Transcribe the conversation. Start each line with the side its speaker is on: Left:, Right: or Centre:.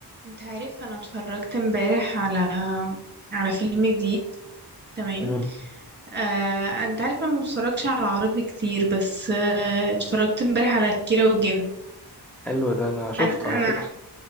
Right: انت عارف انا اتفرجت امبارح على على فيلم جديد تمام
Centre: مم.
Right: آه، انت عارف انا ما بتفرجش على عربي كتير بس آه، اتفرجت امبارح على كيرة والجن
Centre: حلو ده انا شفته
Right: انا
Centre: على
Right: انا
Centre: فكرة